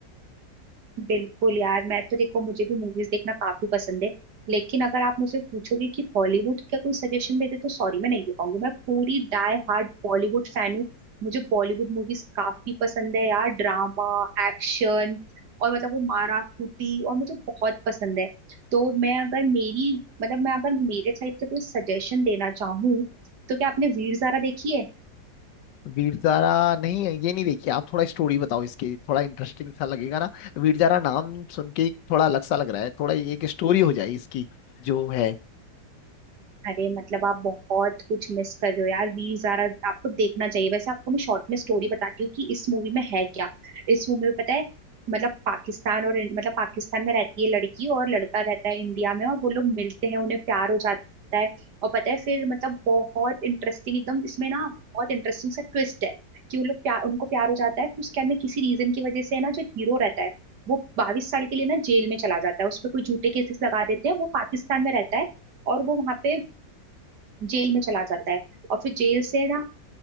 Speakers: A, on the right; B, on the left.
A: बिल्कुल यार मैं तो देखो मुझे भी मूवीज देखना काफी पसंद है लेकिन अगर आप मुझसे पूछोगे कि बॉलीवुड का कोई सजेशन दे दे तो सॉरी मैं नहीं दे पाऊंगी मैं पूरी डाई हार्ड बॉलीवुड फैन हूँ मुझे बॉलीवुड मूवीज काफी पसंद है यार ड्रामा एक्शन और मतलब वो मारा कूटी और मुझे बहुत पसंद है तो मैं अगर मेरी मतलब मैं अगर मेरे साइड से कोई सजेशन देना चाहूँ तो क्या आपने वीर ज़ारा देखी है
B: वीर जारा नहीं है ये नहीं देखिए आप थोड़ा स्टोरी बताओ इसकी थोड़ा इंटरेस्टिंग सा लगेगा ना वीर जारा नाम सुन के ही थोड़ा अलग सा लग रहा है थोड़ा एक स्टोरी हो जाए इसकी जो है
A: अरे मतलब आप बहुत कुछ मिस कर रहे हो यार वी जारा आपको देखना चाहिए वैसे आपको मैं शॉर्ट में स्टोरी बताती हूँ कि इस मूवी में है क्या इस मूवी में पता है मतलब पाकिस्तान और मतलब पाकिस्तान में रहती है लड़की और लड़का रहता है इंडिया में और वो लोग मिलते हैं उन्हें प्यार हो जाता है और पता है फिर मतलब बहुत इंटरेस्टिंग एकदम इसमें ना बहुत इंटरेस्टिंग सा ट्विस्ट है कि वो लोग प्यार उनको प्यार हो जाता है फिर उसके बाद में किसी रीजन की वजह से है ना जो हीरो रहता है वो बाईस साल के लिए ना जेल में चला जाता है उस पर कोई झूठे केसेस लगा देते हैं वो पाकिस्तान में रहता है और वो वहां पे जेल में चला जाता है और फिर जेल से ना